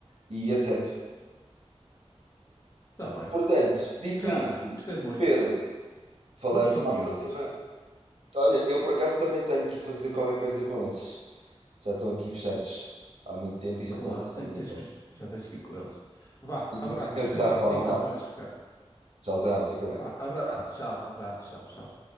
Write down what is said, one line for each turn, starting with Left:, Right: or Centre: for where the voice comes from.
Right: e etc.
Left: está bem.
Right: Portanto, dito
Left: Ricardo,
Right: isto,
Left: gostei muito.
Right: Pedro, falamos
Left: Vou buscar
Right: para
Left: o miúdo.
Right: a próxima. Olha, eu por acaso também tenho que ir fazer qualquer coisa com eles. Já estão aqui fechados há muito tempo e já
Left: Claro,
Right: estão a começar
Left: te-
Right: nervosos.
Left: tens que- já tens que ir com eles. Vá,
Right: Tenho
Left: abraço.
Right: que os cansar
Left: Gostei de falar contigo
Right: para algum
Left: mais
Right: lado.
Left: uma vez, Ricardo.
Right: Tchauzão, fica bem.
Left: Vá, abraço, tchau, abraço, tchau, tchau.